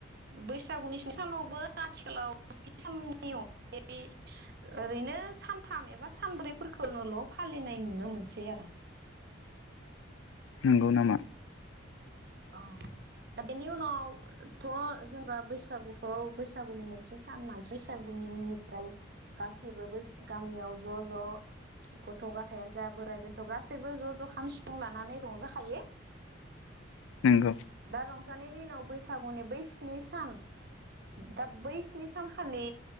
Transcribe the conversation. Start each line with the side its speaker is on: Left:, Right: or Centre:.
Right: बैसागुनि स्नि सानावबो आथिखालाव साननि अनगायै ओरैनो सानथाम एबा सानब्रैफोरखौनोल' फालिनाय नुनो मोनसै आरो
Left: नंगौ नामा
Right: औ दा बेनि उनावथ' जोंबा बैसागुखौ बैसागुनि नैथि सान मान बैसागुनि उननिफ्राय गासैबो गामियाव ज' ज' गथ' गथायानो जा बोराइ बेन्थ' गासैबो ज' ज' खाम सिफुं लानानै रंजाखायो।
Left: नंगौ
Right: दा रंजानायनि उनाव बै बैसागुनि बै स्नि सान दा बै स्नि सानखालि